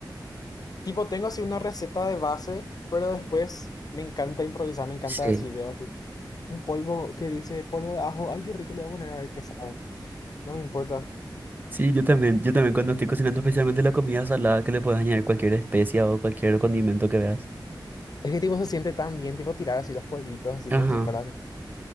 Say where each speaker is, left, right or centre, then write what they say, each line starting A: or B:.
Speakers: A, on the left; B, on the right.
A: Tipo, tengo así una receta de base, pero después me encanta improvisar, me encanta
B: Sí,
A: así, veo así un polvo que dice polvo de ajo, ay, qué rico le voy a poner, a ver qué sabe, no me importa.
B: Sí, yo también, yo también cuando estoy cocinando especialmente la comida salada, que le puedes añadir cualquier especia o cualquier condimento que veas.
A: Es que tipo se siente tan bien, tipo tirar así los polvitos, así
B: Ajá,
A: como si fuera... que-